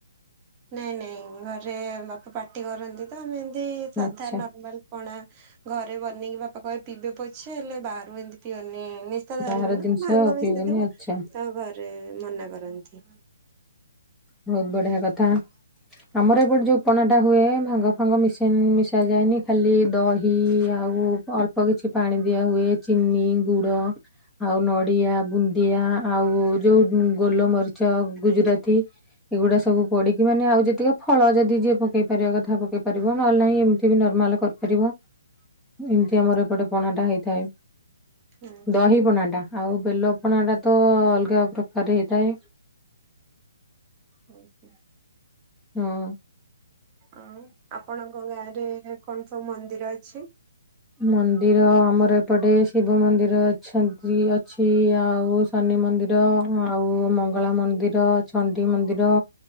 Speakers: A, on the right; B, in the centre.
A: ନାଇଁ ନାଇଁ ଘରେ ବାପା ପାଟି କରନ୍ତି ତ ମୁଁ ଏମତି ସାଧା
B: ଆଚ୍ଛା
A: ନର୍ମାଲ ପଣା ଘରେ ବନେଇକି ବାପା କହିବେ ପିଇଦେ ପଛେ ହେଲେ ବାହାରୁ ଏମିତି ପିଅନି ନି ନିଶା ଧରିବ
B: ବାହାର
A: ନା
B: ଜିନିଷ
A: ଭାଙ୍ଗ
B: ପିଇବେନି
A: ମିଶିଥିବ
B: ଆଚ୍ଛା
A: ତ ଘରେ ମନା କରନ୍ତି।
B: ବହୁତ ବଢିଆ କଥା ଆମର ଏପଟେ ଯୋଉ ପଣା ଟା ହୁଏ ଭାଙ୍ଗ ଭାଙ୍ଗ ମିଶେନି ମିଶା ଯାଏନି ଖାଲି ଦହି ଆଉ ଅଳ୍ପ କିଛି ପାଣି ଦିଆ ହୁଏ ଚିନି ଗୁଡ ଆଉ ନଡିଆ ବୁନ୍ଦିଆ ଆଉ ଯୋଉ ଗୋଲମରିଚ ଗୁଜୁରାତି ଏଗୁଡା ସବୁ ପଡିକି ମାନେ ଆଉ ଯେତିକ ଫଳ ଯଦି ଯିଏ ପକେଇ ପାରିବା କଥା ପକେଇ ପାରିବ ନହେଲେ ନାହିଁ ଏମତି ବି ନର୍ମାଲ କ କରିବ ଏମତି ଆମର ଏପଟେ ପଣାଟା ହେଇଥାଏ
A: ଆଚ୍ଛା।
B: ଦହି ପଣାଟା। ଆଉ ବେଲପଣାଟା ତ ଅଲଗା ପ୍ରକାରେ ହେଇଥାଏ।
A: ଉଁ ହୁଁ।
B: ହଁ।
A: ଆଉ ଆପଣଙ୍କ ଗାଁ ରେ କଣ ସବୁ ମନ୍ଦିର ଅଛି?
B: ମନ୍ଦିର ଆମର ଏପଟେ ଶିବ ମନ୍ଦିର ଅଛନ୍ତି ଅଛି ଆଉ ଶନି ମନ୍ଦିର ଆଉ ମଙ୍ଗଳା ମନ୍ଦିର ଚଣ୍ଡି ମନ୍ଦିର